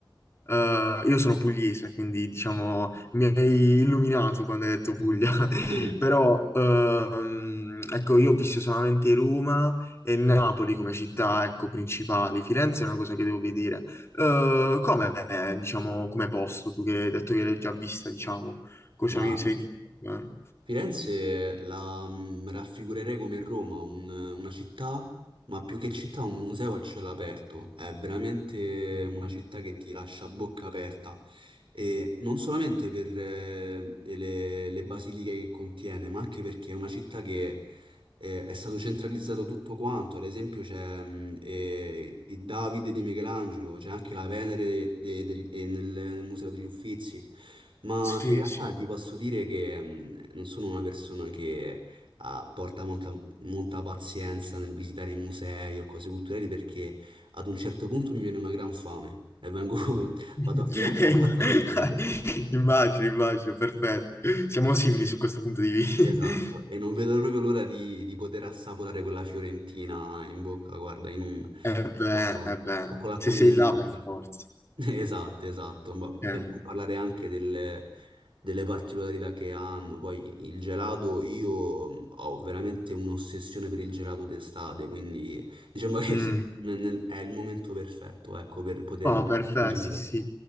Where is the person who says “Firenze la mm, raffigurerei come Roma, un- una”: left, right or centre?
Right